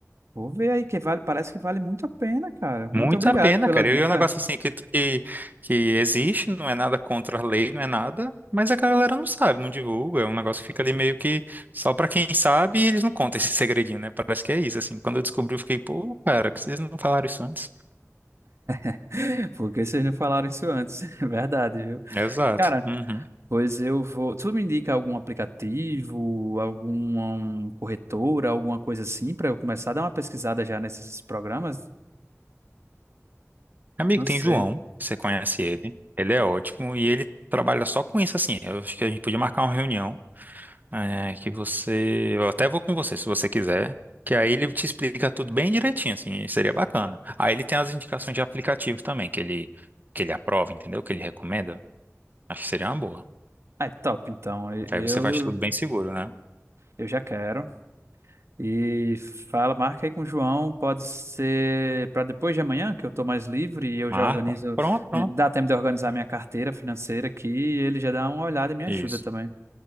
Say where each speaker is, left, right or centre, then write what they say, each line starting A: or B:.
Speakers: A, on the right (about 60°); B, on the right (about 35°).
A: vou ver aí que vale, parece que vale muito a pena, cara. Muito
B: Muito
A: obrigado
B: a pena,
A: pela
B: cara.
A: dica.
B: E é um negócio assim que, que, que existe, não é nada contra a lei, não é nada, mas a galera não sabe, não divulga. É um negócio que fica ali meio que só pra quem sabe e eles não contam esse <laughs> segredinho, né? Parece que é isso, assim. Quando eu descobri, eu fiquei, pô, cara, que vocês não falaram isso antes?
A: <laughs> Porque vocês não falaram isso antes, <laughs> é verdade, viu?
B: Exato.
A: Cara,
B: Uhum.
A: Pois eu vou. Tu me indica algum aplicativo, alguma um, corretora, alguma coisa assim, para eu começar a dar uma pesquisada já nesses programas?
B: Amigo,
A: Não
B: tem
A: sei.
B: João, você conhece ele. Ele é ótimo e ele trabalha só com isso, assim. Eu acho que a gente podia marcar uma reunião. É, que você. Eu até vou com você, se você quiser. Que aí ele te explica tudo bem direitinho, assim, seria bacana. Aí ele tem as indicações de aplicativo também, que ele, que ele aprova, entendeu? Que ele recomenda. Acho que seria uma boa.
A: Ah, é top, então. E-
B: Que
A: Eu,
B: Aí você faz tudo bem seguro, né?
A: eu já quero. E fala, marca aí com o João, pode ser para depois de amanhã, que eu estou mais livre e eu
B: Marcam.
A: já organizo.
B: Pronto, pronto.
A: Dá tempo de organizar minha carteira financeira aqui e ele já dá uma olhada e me ajuda
B: Isso.
A: também.